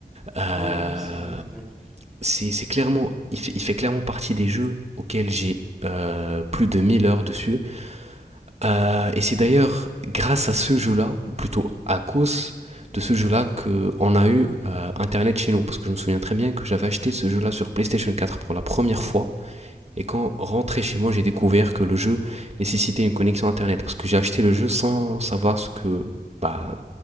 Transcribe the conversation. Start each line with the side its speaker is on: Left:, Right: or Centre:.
Right: Euh,
Centre: Ouais, ouais, il y a une similarité.
Right: c'est clairement, il fait, il fait clairement partie des jeux auxquels j'ai euh, plus de 1000 heures dessus. Euh, et c'est d'ailleurs grâce à ce jeu-là, ou plutôt à cause de ce jeu-là, qu'on a eu euh, Internet chez nous. Parce que je me souviens très bien que j'avais acheté ce jeu-là sur PlayStation 4 pour la première fois. Et quand rentré chez moi, j'ai découvert que le jeu nécessitait une connexion Internet. Parce que j'ai acheté le jeu sans savoir ce que, bah,